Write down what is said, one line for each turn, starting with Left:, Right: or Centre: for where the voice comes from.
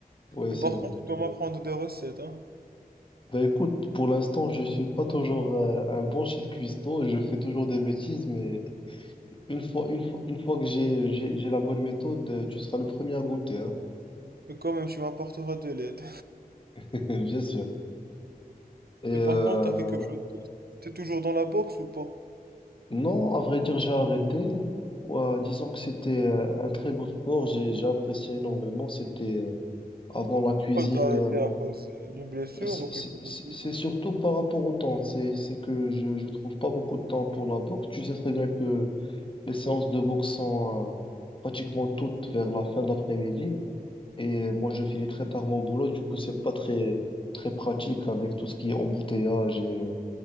Left: Ouais,
Right: Mais
Left: c'est
Right: par
Left: vrai.
Right: contre, tu dois m'apprendre des recettes, hein.
Left: Bah écoute, pour l'instant, je suis pas toujours euh, un bon chef cuistot, je fais toujours des bêtises, mais une fois, une fois, une fois que j'ai, j'ai, j'ai la bonne méthode, euh, tu seras le premier à goûter, hein,
Right: Mais quand même, tu m'apporteras de l'aide.
Left: <laughs> bien sûr. Et
Right: Mais
Left: euh,
Right: par contre, t'as quelque chose d'autre? T'es toujours dans la boxe ou pas?
Left: non, à vrai dire, j'ai arrêté. Ouais, disons que c'était euh, un très beau sport, j'ai, j'ai apprécié énormément, c'était euh, avant la cuisine
Right: Quoi, t'as arrêté
Left: et avant...
Right: à cause d'une blessure
Left: C'est
Right: ou quelque
Left: c'est-
Right: chose
Left: c'est-
Right: du
Left: c'est
Right: genre?
Left: surtout par rapport au temps. C'est c'est que je ne trouve pas beaucoup de temps pour la boxe. Tu sais très bien que les séances de boxe sont euh, pratiquement toutes vers la fin de l'après-midi. Et moi, je finis très tard mon boulot. Du coup, c'est pas très, très pratique avec tout ce qui est embouteillage et,